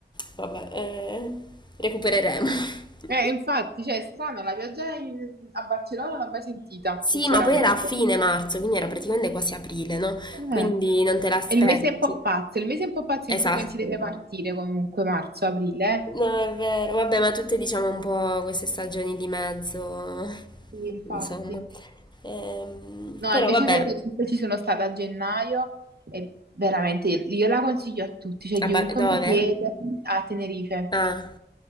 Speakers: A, on the left; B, on the right.
A: vabbè, eh, recupereremo. <laughs>
B: Eh, infatti, cioè, è strano, la pioggia in- a Barcellona non l'ho mai sentita,
A: Sì,
B: sinceramente.
A: ma poi era a fine marzo, quindi era praticamente quasi aprile, no?
B: Eh,
A: Quindi non te l'aspetti.
B: È il mese un po' pazzo, è il mese un po' pazzo
A: Esatto.
B: in cui non si deve partire comunque, marzo, aprile,
A: No, è vero. Vabbè, ma tutte diciamo un po' queste stagioni di mezzo,
B: eh. Sì, infatti.
A: insomma. Ehm,
B: No,
A: però
B: invece
A: vabbè,
B: Tenerife ci sono stata a gennaio e veramente io la consiglio a tutti, cioè
A: a
B: chiunque
A: Bar- dove?
B: mi chiede a Tenerife.
A: Ah,